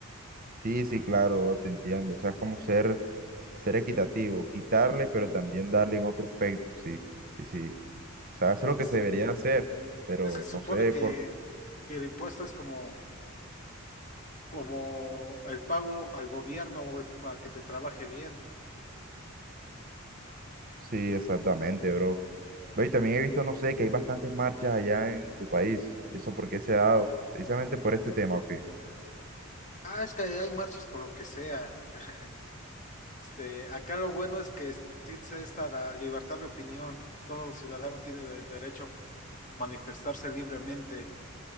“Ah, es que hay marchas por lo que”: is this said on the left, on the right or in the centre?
Left